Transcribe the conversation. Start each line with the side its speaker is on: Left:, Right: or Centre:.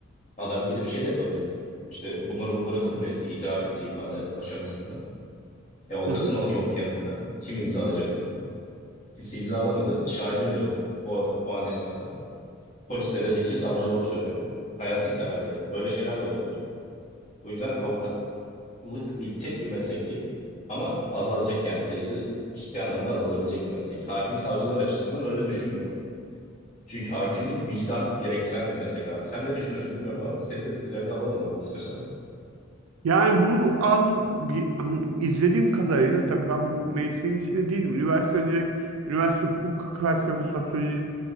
Left: Adam gidip şey de yapabilir. İşte bunları bunları kabul etti, itiraf etti ifade aşamasında. E, avukatın
Right: Hı hı.
Left: o- yok yanında. Kim imzalayacak bunu? Kimse imzalamadı. Şahidin de yok o, o an esnada. Polis de dedi ki savcı doğru söylüyor. Hayatın karardı yani. Böyle şeyler de olabilir. O yüzden avukatlık bitecek bir meslek değil. Ama azalacak yani sayısı ciddi anlamda azalabilecek bir meslek. Hakim savcılar açısından öyle düşünmüyorum. Çünkü hakimlik vicdan gerektiren bir meslek abi. Sen ne düşünüyorsun bilmiyorum ama senin de fikirlerini alalım abi istiyorsan.
Right: Yani bu an bir an- izlediğim kadarıyla tabii ben bu mesleğin içinde değilim. Üniversite direkt üniversite hukuk felsefesi sosyoloji